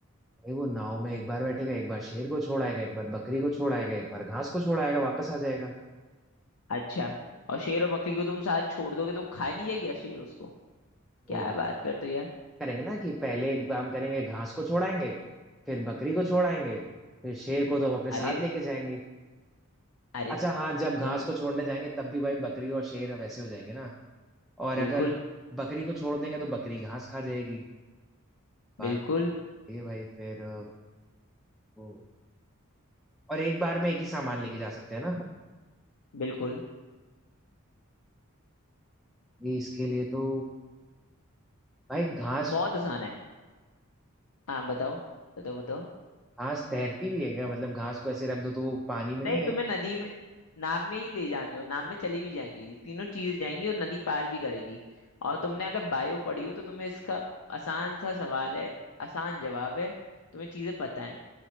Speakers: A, in the centre; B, on the left (about 80°).
A: भाई वो नाव में एक बार बैठेगा एक बार शेर को छोड़ आएगा एक बार बकरी को छोड़ आएगा एक बार घास को छोड़ आएगा वापस आ जाएगा
B: अच्छा और शेर और बकरी को तुम साथ छोड़ दोगे तो खा नहीं जाएगी शेर उसको
A: तो
B: क्या
A: भाई
B: बात करते हो यार
A: करेंगे ना कि पहले एक काम करेंगे घास को छोड़ाएंगे फिर बकरी को छोड़ाएंगे फिर शेर को तो हम अपने साथ
B: अरे
A: लेके
B: तो,
A: जाएंगे
B: अरे
A: अच्छा
B: तो,
A: हाँ जब घास
B: तुम
A: को छोड़ने जाएंगे तब भी भाई बकरी और शेर वैसे हो जाएंगे ना और अगर
B: बिल्कुल
A: बकरी को छोड़ देंगे तो बकरी घास खा जाएगी बात
B: बिल्कुल
A: ये है भाई फिर अ, वो और एक बार में एक ही सामान लेके जा सकते हैं ना
B: बिल्कुल
A: ये इसके लिए तो भाई घास
B: बहुत आसान है हाँ बताओ बताओ बताओ
A: घास तैरती भी है क्या मतलब घास को ऐसे रख दो तो वो पानी में
B: नहीं
A: नहीं
B: तुम्हें
A: है
B: नदी में नाव में ही ले जानी हो नाव में चली भी जाएंगी ये तीनों चीज जाएंगी और नदी पार भी करेंगी और तुमने अगर बायो पढ़ी हो तो तुम्हें इसका आसान सा सवाल है आसान जवाब है तुम्हें चीजें पता है